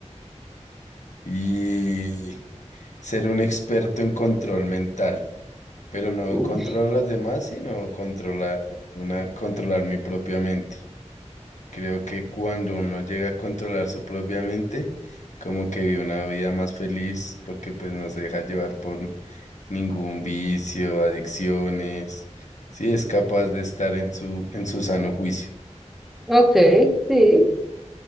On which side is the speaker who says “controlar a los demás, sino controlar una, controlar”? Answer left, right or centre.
Left